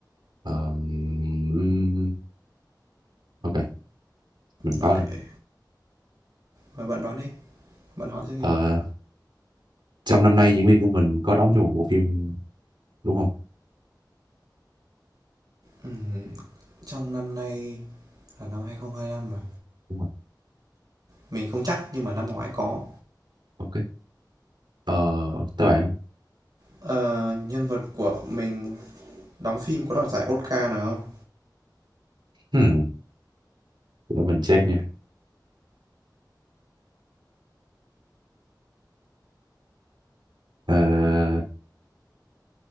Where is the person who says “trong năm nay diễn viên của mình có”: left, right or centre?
Right